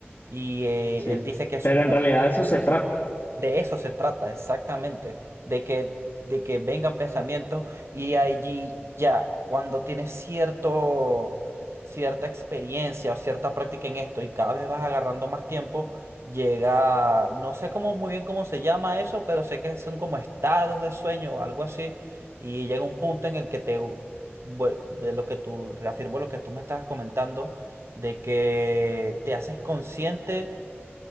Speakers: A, on the right (about 85°); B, on the left (about 50°).
A: Y eh,
B: sí.
A: él dice que eso
B: Pero
A: es no,
B: en realidad de eso se trata.
A: de eso se trata exactamente, de que, de que vengan pensamientos y allí ya cuando tienes cierto, cierta experiencia o cierta práctica en esto y cada vez vas agarrando más tiempo, llega, no sé cómo, muy bien cómo se llama eso, pero sé que son como estados de sueño o algo así y llega un punto en el que te, u- vuel- de lo que tú, reafirmo lo que tú me estabas comentando, de que te haces consciente,